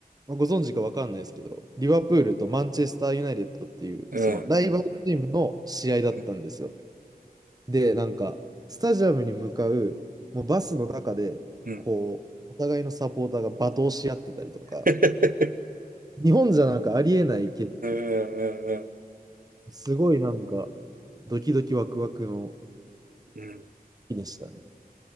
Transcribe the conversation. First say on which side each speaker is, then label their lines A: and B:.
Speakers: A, on the right; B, on the right.
A: まあ、ご存知かわかんないですけど、リバプールとマンチェスターユナイテッドっていう、
B: うん、
A: そのライバルチームの試合だったんですよ。
B: うん、
A: で、なんか、スタジアムに向かう、もうバスの中で、
B: うん、うん、
A: こう、
B: うん、
A: お互いのサポーターが罵倒し合ってたりとか、
B: <laughs>
A: 日本じゃなんかありえないけど
B: うん、うん、うん。
A: すごいなんか、ドキドキワクワクの
B: うん <laughs>
A: 日でしたね。